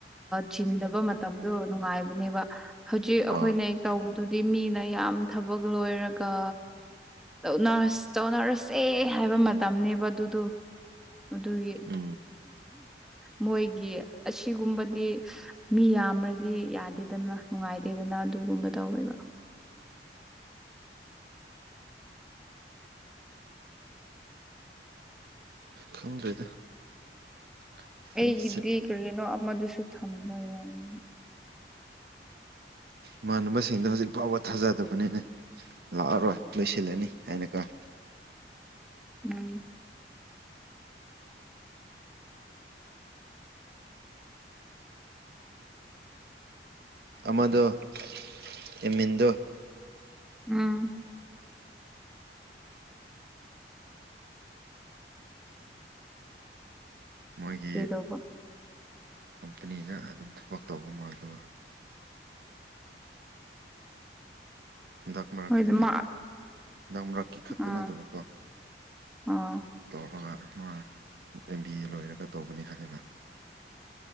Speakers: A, in the centre; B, on the right (about 60°).
A: ꯆꯤꯟꯗꯕ ꯃꯇꯝꯗꯣ ꯅꯨꯡꯉꯥꯏꯕꯅꯦꯕ ꯍꯧꯖꯤꯛ ꯑꯩꯈꯣꯏꯅ
B: ꯑꯥ
A: ꯇ ꯑꯗꯨꯗꯤ ꯃꯤꯅ ꯌꯥꯝ ꯊꯕꯛ ꯂꯣꯏꯔꯒ ꯇꯧꯅꯔ ꯇꯧꯅꯔꯁꯦ ꯍꯥꯏꯕ ꯃꯇꯝꯅꯦꯕ ꯑꯗꯨꯗꯣ ꯑꯗꯨꯒꯤ
B: ꯎꯝ
A: ꯃꯣꯏꯒꯤ ꯑꯁꯤꯒꯨꯝꯕꯗꯤ ꯃꯤ ꯌꯥꯝꯃ꯭ꯔꯗꯤ ꯌꯥꯗꯦꯗꯅ ꯅꯨꯡꯉꯥꯏꯇꯦꯗꯅ ꯑꯗꯨꯒꯨꯝꯕ ꯇꯧꯋꯦꯕ
B: ꯈꯪꯗ꯭ꯔꯦꯗ ꯑꯩꯈꯣꯏꯒꯤꯁꯦ
A: ꯑꯩꯒꯤꯗꯤ ꯀꯔꯤꯅꯣ ꯑꯃꯗꯨꯁꯨ ꯊꯝꯕ ꯌꯥꯏ
B: ꯏꯃꯥꯟꯅꯕꯁꯤꯡꯗ ꯍꯧꯖꯤꯛ ꯐꯥꯎꯕ ꯊꯥꯖꯗꯕꯅꯤꯅ ꯂꯥꯛꯑꯔꯣꯏ ꯂꯣꯏꯁꯤꯜꯂꯅꯤ ꯍꯥꯏꯅ ꯀ
A: ꯎꯝ
B: ꯑꯃꯗꯣ ꯑꯦꯃꯤꯟꯗꯣ
A: ꯎꯝ
B: ꯃꯣꯏꯒꯤ
A: ꯀꯩꯗꯧꯕ
B: ꯀꯝꯄꯅꯤꯗ ꯑꯗꯨꯝ ꯊꯕꯛ ꯇꯧꯕ ꯃꯥꯜꯂ ꯍꯟꯗꯛ ꯃꯔꯛꯀꯤ
A: ꯍꯣꯏ ꯃꯥ
B: ꯍꯟꯗꯛ ꯃꯔꯛꯀꯤ ꯈꯛꯇ
A: ꯑꯥ
B: ꯅꯠꯇꯕꯀꯣ
A: ꯑꯥ
B: ꯇꯧꯔꯒ ꯃꯥ ꯑꯦꯝ ꯕꯤ ꯑꯦ ꯂꯣꯏꯔꯒ ꯇꯧꯕꯅꯤ ꯍꯥꯏꯕ